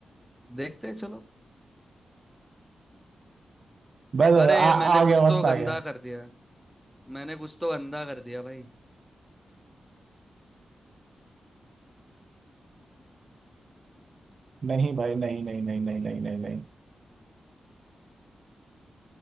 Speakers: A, in the centre; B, on the right.
A: देखते हैं चलो
B: बस
A: अरे
B: आ, आ
A: मैंने कुछ
B: गया वक्त
A: तो गंदा
B: आ गया
A: कर दिया मैंने कुछ तो गंदा कर दिया भाई
B: नहीं भाई नहीं नहीं नहीं नहीं नहीं नहीं नहीं